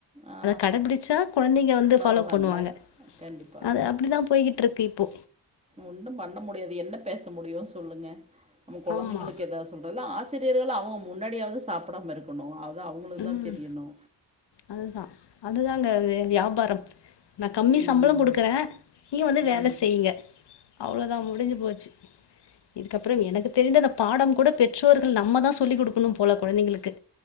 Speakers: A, on the right (about 15°); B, on the left (about 75°).
A: ஆ
B: கடபிடிச்சா கொழந்தைங்க வந்து
A: பரவால்ல
B: ஃபாலோ பண்ணுவாங்க
A: கண்டிப்பா
B: அது அப்டிதா போய்கிட்ருக்கு பொ
A: ஒன்னு பண்ண முடியாது என்ன பேச முடியு சொல்லுங்க நம்ம கொழந்தைங்களுக்கு
B: ஆமா.
A: எதாஸ் சொல்றல்ல ஆசிரியர்கள் அவங்க முன்னாடியாவது சாப்டாம இருக்கணு அது அவங்களுக்கா
B: ம்
A: தெரியணு
B: அதுதா அதுதாங்க வே வியாபாரம் நா கம்மி
A: ம்
B: சம்பள கொடுக்குறே நீ வந்து
A: ம்
B: வேல செய்யுங்க அவ்ளோதா மு டுஞ்சு போச்சு இதுக்கப்றோ எனக்கு தெரிந்து அந்த பாடம் கூட பெற்றோர்கள் நம்ம தா சொல்லி் குடுக்கணு போல கொழந்தைங்களுக்கு